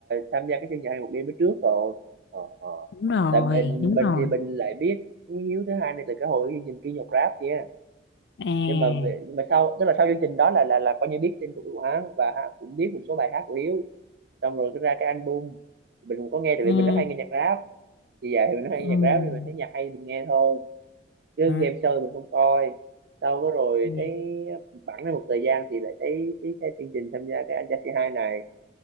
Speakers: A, on the right (about 55°); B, on the left (about 65°).
A: tham gia cái chương trình hai một đêm mới trước rồi ờ ờ
B: đúng rồi
A: tại bên
B: đúng
A: bên
B: rồi
A: thì bên lại biết với hiếu thứ hai này là cái hồi cái chương trình kia nhạc rap kia
B: à
A: nhưng mà về, nhưng mà sau tức là sau chương trình đó là là là coi như biết tên tuổi của hắn và hắn cũng biết một số bài hát của hiếu xong rồi cái ra cái album mình cũng có nghe tại
B: ừ
A: vì mình rất hay nghe nhạc rap thì vậy thì mình rất hay
B: ừ
A: nghe nhạc rap nên mình thấy nhạc hay mình nghe thôi chứ
B: ừ
A: game show mình không coi sau đó rồi
B: ừ.
A: thấy bẵng ra một thời gian thì lại thấy thấy, thấy chương trình tham gia cái anh trai C2 này